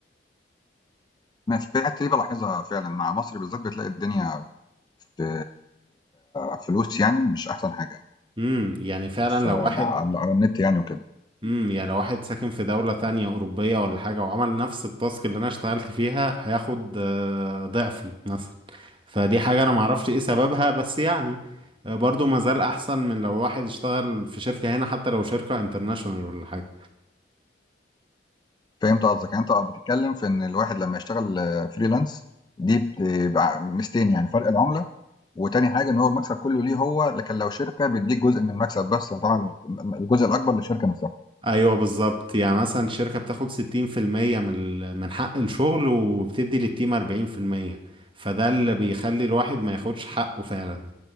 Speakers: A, on the left; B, on the right.
A: ما في الحته دي بلاحظها فعلا مع مصر بالذات بتلاقي الدنيا في كفلوس يعني مش احسن حاجه يعني
B: امم يعني فعلا
A: ف
B: لو
A: على
B: واحد
A: على النت يعني وكده
B: امم يعني لو واحد ساكن في دولة تانية أوروبية ولا حاجة وعمل نفس التاسك اللي أنا اشتغلت فيها هياخد آه، ضعفي مثلا فدي حاجة أنا معرفش إيه سببها بس يعني آه، برضو مازال أحسن من لو واحد اشتغل في شركة هنا حتى لو شركة انترناشونال ولا حاجة
A: فهمت قصدك يعني انت آه، بتتكلم في ان الواحد لما يشتغل فريلانس دي بتبقى ميزتين يعني فرق العمله وتاني حاجه ان هو المكسب كله ليه هو لكن لو شركه بيديك جزء من المكسب بس يعني طبعا الجزء الاكبر للشركه نفسها
B: ايوه بالظبط يعني مثلا الشركه بتاخد 60% من ال- من حق الشغل وبتدي للتيم 40% فده اللي بيخلي الواحد ما ياخدش حقه فعلا